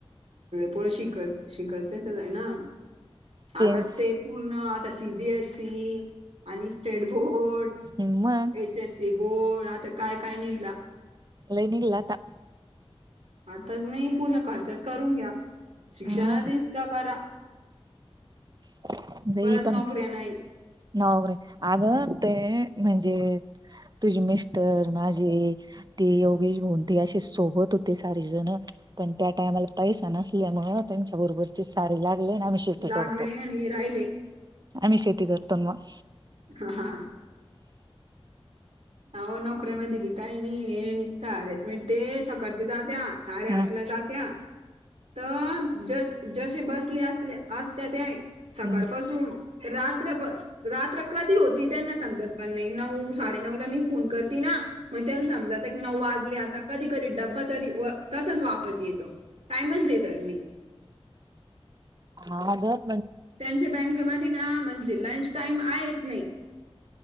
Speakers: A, on the right; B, on the right.
A: पोळ्या शिकत शिकत आहे ना
B: पेन्स
A: आता ते पूर्ण आता सीबीएस आणि स्टेबो
B: मग
A: एचसी बोल आता काय काय निघला.
B: लयी निघाला आता.
A: आताच नाही पूर्ण खर्चात करून घ्या शिक्षणातच
B: ह
A: का करा.
B: <unintelligible>
A: परत
B: पण
A: नोकऱ्या नाही
B: नवगरे. अगं ते म्हणजे तुझी मिस्टर माझी ती ते एगी कोणते सोबत होते सारेजण पण त्या टायमाला पैसा नसल्यामुळे त्यांच्याबरोर सारी लागली ना आम् शेती
A: लागले
B: करतो.
A: आणि राहिले.
B: आमि शेती करतो न मग
A: हा हा आओ नोकऱ्यामध्ये बी काय नाही हे निसत अच मिनट ते सकाळचे जात्यात. साडेआठ
B: मग हा
A: ला जात्या. तर जस जसे बसले असले असत्याते
B: हम्म
A: सकाळपासून रात्रभर रात्र कधी होती त्यांना समजत नाही. पण नाही नऊ साडे नऊ ला मी फोन करते ना मग त्यांला समजत आता की नऊ वाजले आता कधी कधी डब्बा तरी तसच वापस येतो टाईमच भेटत नाही.
B: हा जर
A: त्यांचे बँके मधी ना म्हणजे लंच टाईम आहेच नाही.